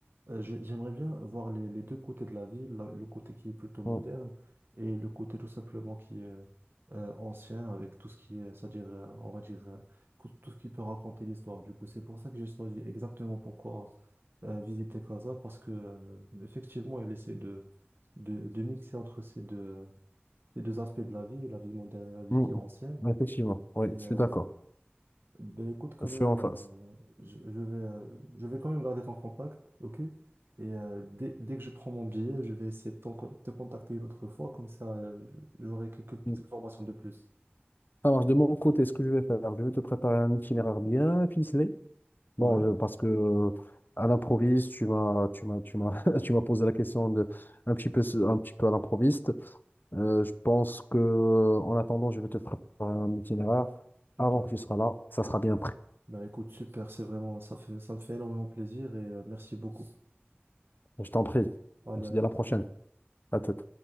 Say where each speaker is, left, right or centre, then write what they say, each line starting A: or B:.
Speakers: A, on the right; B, on the left.
A: Euh, je- j'aimerais bien voir les, les deux côtés de la ville, la- le côté qui est plutôt moderne
B: Mm,
A: et le côté tout simplement qui est euh, ancien avec tout ce qui est, c'est-à-dire, euh, on va dire, euh, cou- tout ce qui peut raconter l'histoire. Du coup, c'est pour ça que j'ai choisi exactement pourquoi euh, visiter Casa, parce que euh, effectivement, elle essaie de, de, de mixer entre ces deux, ces deux aspects de la vie, la vie moderne et la vie
B: mm,
A: qui est ancienne.
B: mm. Effectivement. Oui,
A: et euh,
B: je suis d'accord.
A: ben écoute, quand
B: Je suis
A: même,
B: en
A: euh,
B: face.
A: je, je vais, euh, je vais quand même garder ton contact, ok? Et euh, dès, dès que je prends mon billet, je vais essayer de t'en con- te contacter une autre fois, comme ça, euh, j'aurai quelques petites
B: Mm.
A: informations de plus.
B: Ça marche. De mon côté, ce que je vais faire, je vais te préparer un itinéraire bien ficelé.
A: Ouais,
B: Bon, je- parce que euh, à l'improviste, tu m'as, tu m'as, tu m'as, <laughs> tu m'as posé la question de un petit peu, un petit peu à l'improviste. Euh, je pense que, en attendant, je vais te préparer un itinéraire.
A: super.
B: Avant que tu seras là, ça sera bien pris.
A: Ben écoute, super, c'est vraiment, ça fait, ça me fait énormément plaisir et euh, merci beaucoup.
B: Bon, Je t'en prie.
A: Allez,
B: On se
A: à toute.
B: dit à la prochaine. À toute.